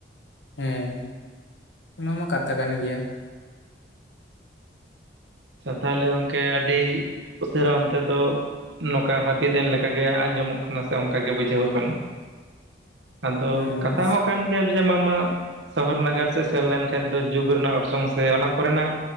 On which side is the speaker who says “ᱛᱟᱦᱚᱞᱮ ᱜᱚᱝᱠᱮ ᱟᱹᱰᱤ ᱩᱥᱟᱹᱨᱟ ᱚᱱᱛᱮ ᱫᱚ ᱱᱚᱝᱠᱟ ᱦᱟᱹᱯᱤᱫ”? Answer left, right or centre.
Right